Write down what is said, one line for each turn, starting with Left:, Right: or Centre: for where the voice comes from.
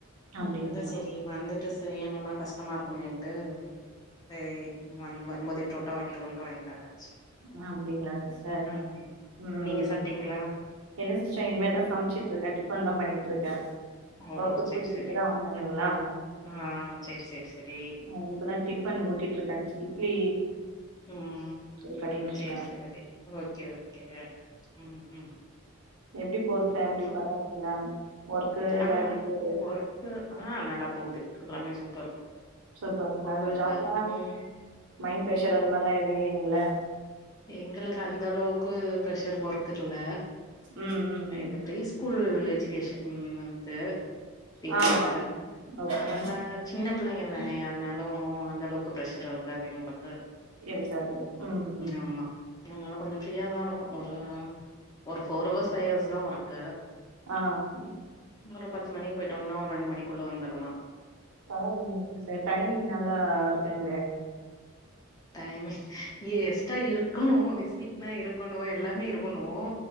Right: அப்டிங்களா
Left: ம் அதா சரி வந்துட் டு செய்யணுனா கஷ்டமா இருக்குமேன்ட்டு சரி வந் வரும்போது புரோ ட்டா வாங்கிடுவோன் வாங்கிட்டு வந்தாச்சு
Right: அ அப்டிங்ளா சிஸ்டர்
Left: ஆ
Right: ம் ம்
Left: நீங்க
Right: ம்
Left: சாப்ட்டீங்களா
Right: ம் என்ன சிஸ்டர் இனிமே தா சம்ச்சுட்ருக்க டிஃபன் தா பண்ணிகிட்ருக்க
Left: ஓ
Right: ஒர்க்குக்
Left: செரி
Right: போயிட்டு
Left: செரி
Right: இப்ப தா வந்தானுங்களா
Left: ஆ செரி செரி செரி
Right: ஆ இப்பதா டிஃபன் ஊட்டிட்ருக்க இட்லி
Left: ம்
Right: இது பண்ணிட்டு
Left: செர்
Right: இருக்கே
Left: செரி ஓகே ஓகே அ ம் ம்
Right: எப்டி போது ஃபேமிலி
Left: அப்றோ
Right: பரவாயில்லீங்ளா ஒர்க்கு எல்லாம்
Left: ஆ
Right: எப்டி போது
Left: ஒர்க்கு ஆ நல்லா போகுது எல்லாமே சூப்பர்
Right: சூப்பருங்ளா
Left: உங்களுக்கு
Right: ஜாப்லா
Left: ம்
Right: மைண்ட் ப்ரஷர் அந்த மாரிலா எதுவும் இல்லீங்ளா
Left: எங்களுக்கு அந்தளவுக்கு ப்ரெஷர் ஒர்க் இல்ல
Right: ம் ம் ம்
Left: இது ப்ரீ ஸ்கூல் எஜுகேஷன் வந்த்து டீச்சரு
Right: ஆ ஆ ஓகே
Left: அதனால சின்ன பிள்ளைங்க தானே அதனால ஒன்னும் அந்த அளவுக்கு ப்ரெஷர் இருக்காது எங்ளுக்கு
Right: இருக்காது ம் ம்
Left: ஆமா அதனால கொஞ்சம் ஃப்ரீயா தா இருக்கும் வரயா ஒரு ஃபோர் ஹவர்ஸ் ஃபைவ் ஹவர்ஸ் தா ஒர்க்கு
Right: ஆ
Left: ம் ஒரு பத்து மணிக்கு போயிட்டோம்ன்னா ஒரு ரெண்டு மணிக்குள்ள வந்துலாம்
Right: பரவாயில்லைங்க டீச்சர் டைமிங் நல்லா இருக்குங்ளே
Left: டைமிங் ஏ எஸ் ஆமங்க ஆமாங்க விசிட்லா இருக்கணும் எல்லாமே இருக்கணும்